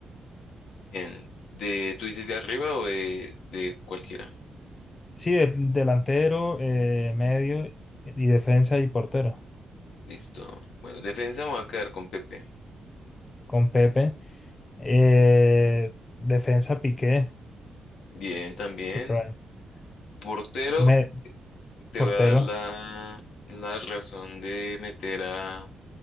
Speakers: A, on the left; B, on the left.
A: Bien. De, ¿tú dices de arriba o de, de cualquiera?
B: Sí, de- delantero, eh, medio y defensa y portero.
A: Listo. Bueno, defensa me voy a quedar con Pepe.
B: Con Pepe. Eh, defensa Piqué,
A: Bien, también.
B: su prime.
A: Portero,
B: Me-
A: te
B: portero
A: voy a dar la, la razón de meter a,